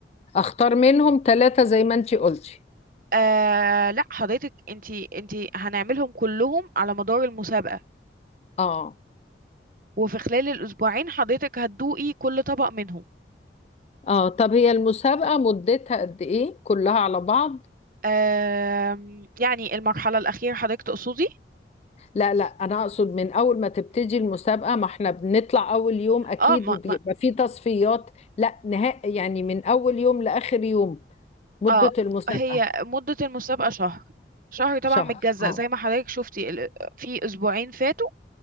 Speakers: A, on the left (about 35°); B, on the right (about 50°).
A: اختار منهم ثلاثة زي ما انتي قلتي
B: آه لا حضرتك انتي انتي هنعملهم كلهم على مدار المسابقة
A: اه
B: وفي خلال الأسبوعين حضرتك هتدوقي كل طبق منهم
A: اه طب هي المسابقة مدتها قد ايه كلها على بعض
B: آم، يعني المرحلة الأخيرة حضرتك تقصدي
A: لا لا انا اقصد من اول ما تبتدي المسابقة ما احنا بنطلع اول يوم اكيد
B: اه ما
A: وبيبقى
B: ما
A: في تصفيات لا نهائي يعني من اول يوم لاخر يوم مدة
B: اه
A: المسابقة
B: هي مدة المسابقة شهر شهر طبعا
A: شهر
B: متجزأ
A: اه
B: زي ما حضرتك شفتي ال- في أسبوعين فاتوا